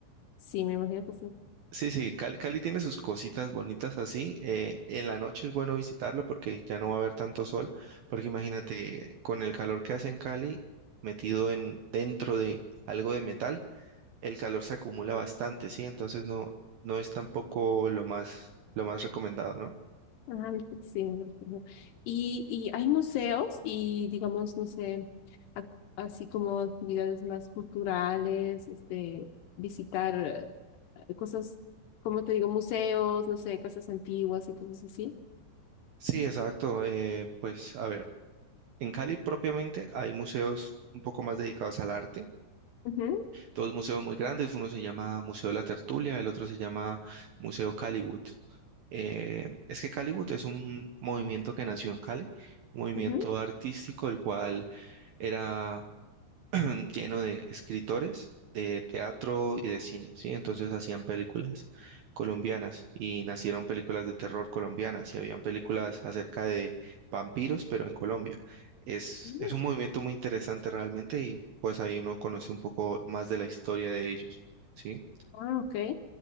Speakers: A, on the left (about 70°); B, on the right (about 70°).
A: Sí, me imagino que sí.
B: Sí, sí, Cali, Cali tiene sus cositas bonitas así. eh, en la noche es bueno visitarlo porque ya no va a haber tanto sol, porque imagínate, con el calor que hace en Cali, metido en dentro de algo de metal, el calor se acumula bastante, ¿sí? Entonces no, no es tampoco lo más, lo más recomendado, ¿no?
A: Ah, sí, no, no. no. Y, y hay museos y digamos, no sé, ac- así como actividades más culturales, este, visitar eh, eh, cosas, como te digo, museos, no sé, casas antiguas y cosas así.
B: Sí, exacto. eh, pues a ver, en Cali propiamente hay museos un poco más dedicados al arte,
A: Ujú,
B: dos museos muy grandes, uno se llama Museo de la Tertulia, el otro se llama Museo Caliwood. Eh, es que Caliwood es un movimiento que nació en Cali, un movimiento
A: ujú.
B: artístico, el cual era mm, lleno de escritores de teatro y de cine, ¿sí? Entonces hacían películas colombianas y nacieron películas de terror colombianas y habían películas acerca de vampiros, pero en Colombia. Es,
A: Mm,
B: es un movimiento muy interesante realmente y pues ahí uno conoce un poco más de la historia de ellos, ¿sí?
A: Ah, ok.